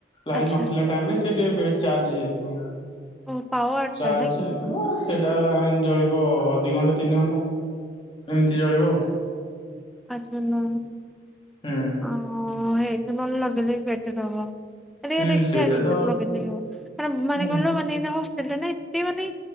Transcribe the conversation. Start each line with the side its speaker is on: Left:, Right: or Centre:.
Left: ଲାଇନ
Centre: ଆଚ୍ଛା
Left: ନଥିଲା ଟାଇମ୍ ରେ ସେ ଟିକ ଚଜ <unintelligible> ହେଇଯାଇଥିବ
Centre: ଓ ପାୱାର
Left: ଚଜ
Centre: ଟା ନା କି
Left: ହେଇଥିବ ସେଇଟା ଜଳିବ ଦି ଘଣ୍ଟା ତିନି ଘଣ୍ଟା ଏମିତି ଜଳିବ
Centre: ଆଚଛ ନା
Left: ହୁଁ
Centre: ଅ <unintelligible> ହେ ତ ନ ଲଗେଇଲେ ବି ବେଟର ହବା ଟିକେ
Left: ହୁଁ
Centre: ଦେଖିବା
Left: ସେଇଟା ତ
Centre: ଲଗେଇଥିଲୁ କ ମାନେ
Left: ହୁଁ
Centre: କହିଲ ମାନେ ଏଇଟ <unintelligible> ସେଟା ନା ଏତେ ମାନେ